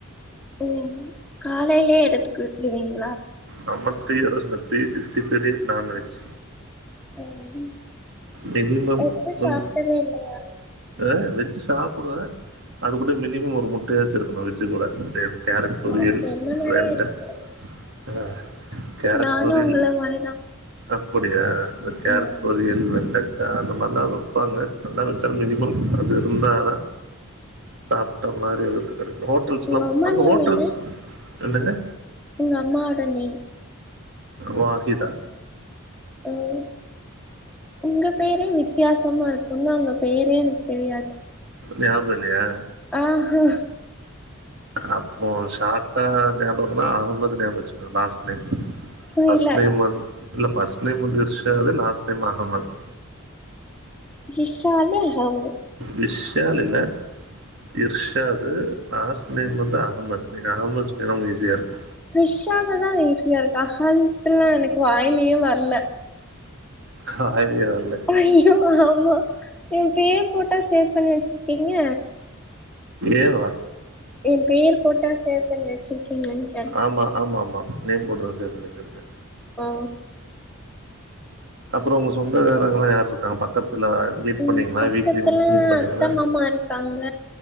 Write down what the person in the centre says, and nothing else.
ஓ காலையிலே எடுத்து குடுத்துருவீங்
ம்
எது சாப்ட்டதே
இல்லையா
ஓ என்ன மாரியே
இருக்கீங்க
நானு
உங்கள மாரிதா
ம்
உங்க அம்மா
நேம்
என்ன
உங்க அம்மாவோட நேம்
ம் உங்க பேரே வித்தியாசமா இருக் உன்னு உங்க பேரே எனக் தெரியாது
ஆஹா
புரியல
இஷ்ஷாலு அஹமது
க்ரிஷ்ஷாலுதா ஈஸியா இருக்கு அஹல்த்துலா எனக்கு வாய்ல்யே வர்ல
ஐயோ ஆமா ஏ பேர் போட்டா சேவ் பண்ணி வெச்சிருக்கீங்க
எ பேர் போட்டா சேவ் பண்ணி வெச்சிருக்கீங்க கேட்
ஓ
ம்
பக்கத்துல
அத்த மாமா இருக்காங்க